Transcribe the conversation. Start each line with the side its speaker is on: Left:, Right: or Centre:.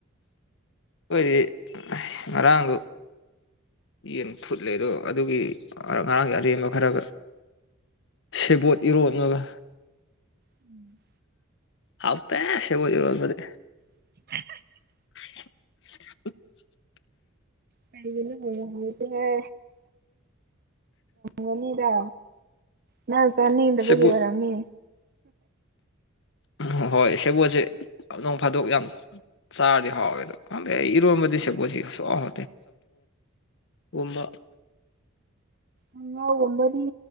Left: ꯑꯣꯏꯣꯏ ꯃꯔꯔꯒꯨ ꯌꯦꯟ ꯐꯨꯠꯂꯦ ꯑꯗꯣ ꯑꯗꯨꯒꯤ ꯉꯔꯥꯡꯒꯤ ꯑꯔꯦꯝꯕ ꯈꯔꯒ ꯁꯦꯕꯣꯠ ꯏꯔꯣꯂꯒ
Right: ꯎꯝ
Left: ꯍꯥꯥꯎꯇ ꯁꯦꯕ ꯔꯣꯖ
Right: <inaudible>
Left: <inaudible>
Right: ꯍꯥꯏꯒꯅ ꯍ ꯍꯅꯤꯗ ꯅꯅꯥ ꯀꯅꯗ
Left: ꯁꯦꯕꯣꯠ
Right: ꯒꯕꯔꯝꯅꯤ
Left: ꯎꯝ ꯍꯣꯏ ꯁꯦꯕꯣꯠꯁꯦ ꯅꯣꯡ ꯐꯥꯗꯣꯛ ꯌꯥꯝ ꯆꯥꯔꯗꯤ ꯍꯥꯎꯋꯦꯗ ꯏꯔꯣꯟꯕꯗꯤꯁꯦꯄꯣꯁꯤ ꯆꯊꯣꯛ ꯑꯣ ꯀꯨꯝꯕ
Right: ꯎ ꯋꯥꯝꯕꯗꯤ